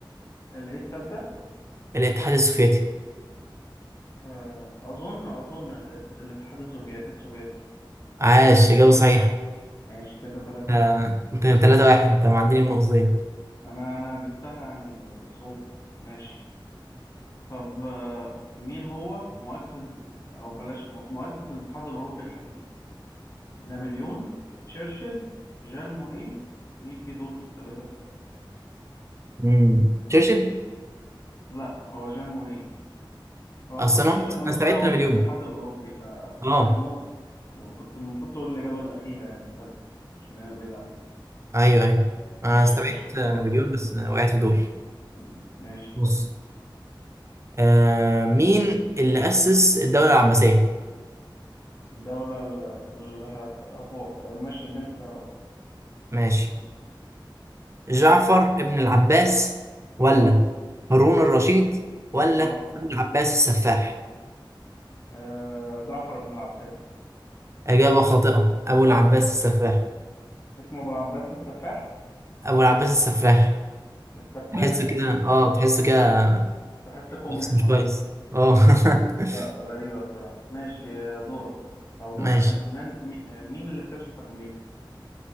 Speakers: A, on the left; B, on the right.
A: الايه التالتة
B: الاتحاد السوفيتي
A: آه، اظن اظن الت- الاتحاد السوفي- السوفيتي
B: عاش إجابة صحيحة
A: ماشي كده 3
B: آه،
A: 1
B: انت ثلاثة واحد انت معديني من نقطتين
A: انا انا جبتها يعني صعوبة ماشي طب آه، مين هو مؤسس او بلاش مؤ- مؤسس الاتحاد الاوروبي الحديث نابليون تشرشل جان مونيه مين في دول ثلاثة
B: مم. تشرشل
A: لا هو جان مونيه هو
B: اصل
A: اصلا تشرشل
B: انا قلت
A: ملوش
B: انا استبعدت
A: دعوة
B: نابليون
A: بالاتحاد الاوروبي ف...
B: اه
A: فكان مو كنت المفروض تقول الاجابة الاخيرة يعني الثالثة عشان هي اللي بعيدة عنها
B: ايوه ايوه
A: ماشي
B: انا استبعدت
A: يا باشا دور
B: نابليون
A: انت
B: بس وقعت في دول
A: م- ماشي
B: بص آه مين اللي اسس الدوله العباسيه
A: الدولة اللي هخ... هو ماشي اديني اختيارات
B: ماشي جعفر ابن العباس ولا
A: اه
B: هارون الرشيد ولا
A: اه
B: ابو العباس السفاح
A: آه، جعفر بن العباس
B: اجابه خاطئه ابو العباس السفاح
A: اسمه ابو العباس السفاح
B: ابو العباس السفاح
A: السفاح
B: تحسه
A: يعني
B: كده
A: تحس
B: اه تحسه كده
A: تحس كوميك
B: شخص مش
A: معمول
B: كويس اه <laughs>
A: لا غريبة الصراحة ماشي دورك أو دور
B: ماشي
A: أنا من مي- مين اللي اكتشف أمريكا؟